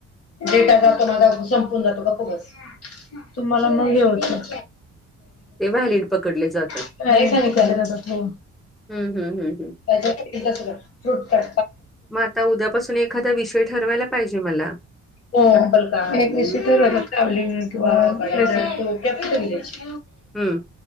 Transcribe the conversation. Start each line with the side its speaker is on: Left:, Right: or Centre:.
Left: डेटा जातो माझा संपून जातो ग खू बस तुम्हाला मग ये होतं
Centre: ते व्हॅलिड पकडले जातात
Left: का काय नाही कले जात त
Centre: हम् हम् हम्म हम
Left: त्या सगळं फ्रूट का
Centre: मग आता उद्यापासून एखादा विषय ठरवायला पाहिजे मला
Left: हो ब एक दिसी
Centre: हं,
Left: तर ट्रॅव्हलिंग किंवा ह देच
Centre: हं.